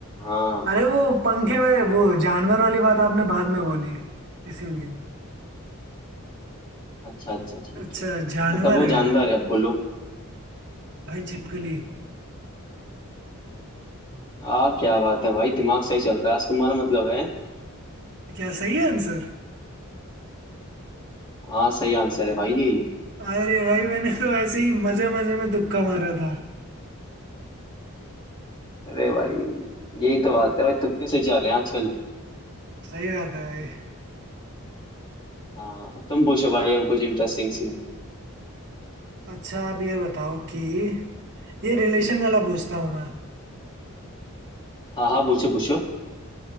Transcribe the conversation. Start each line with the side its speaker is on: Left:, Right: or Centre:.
Left: हाँ
Right: अरे वो पंखे वाले वो जानवर वाली बात आपने बाद में बोली इसीलिए
Left: अच्छा अच्छा ठीक
Right: अच्छा
Left: है ठीक
Right: जानवर
Left: है मतलब वो
Right: है
Left: जानवर है बोलो
Right: भाई छिपकली
Left: आ क्या बात है भाई दिमाग सही चल रहा है आज तुम्हारा मतलब है
Right: क्या सही है आंसर
Left: हाँ सही आंसर है भाई यही
Right: अरे भाई मैंने तो ऐसे ही मजे मजे में तुक्का मारा था
Left: अरे भाई यही तो बात है भाई तुक्के से जा रहे हैं आजकल
Right: सही बात है भाई
Left: हाँ तुम पूछो भाई अब कुछ इंटरेस्टिंग सीन
Right: अच्छा आप ये बताओ कि ये रिलेशन वाला पूछता हूँ मैं
Left: हाँ हाँ पूछो पूछो